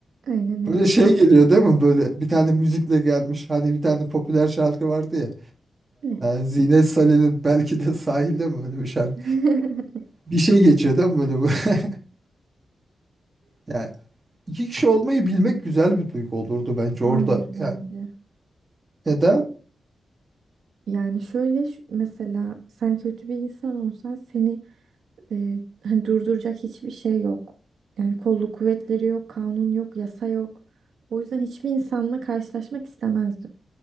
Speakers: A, on the right (about 80°); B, on the right (about 20°).
A: Aynen öyle.
B: Böyle şey geliyor değil mi? Böyle bir tane müzikle gelmiş. Hani bir tane popüler şarkı vardı ya.
A: Ne?
B: Ee, Zine Salih'in belki de sahilde mi öyle bir şarkı?
A: <laughs>
B: Bir şey geçiyor değil mi böyle bu? <laughs> Yani iki kişi olmayı bilmek güzel bir duygu olurdu bence
A: Hayır
B: orada.
A: bence.
B: Yani ya da
A: Yani şöyle şu- mesela sen kötü bir insan olsan seni e, hani durduracak hiçbir şey yok. Yani kolluk kuvvetleri yok, kanun yok, yasa yok. O yüzden hiçbir insanla karşılaşmak istemezdim.